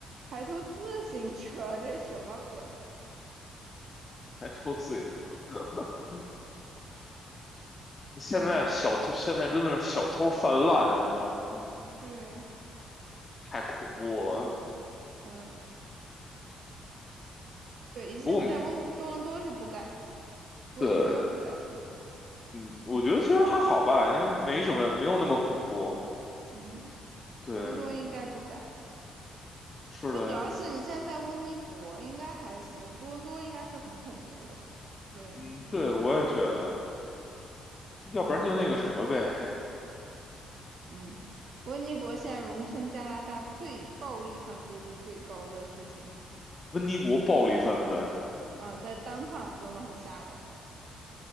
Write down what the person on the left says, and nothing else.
还偷自行车。<laughs> 现在小偷现在真的是小偷泛滥，
你知道吗？
太恐怖了。
不过我们
对，嗯，我觉得其实还好吧，因为没什么，没有那么恐怖。
对，
是的。
嗯，对，我也觉得，要不然就那个什么呗，
温尼伯暴力犯罪，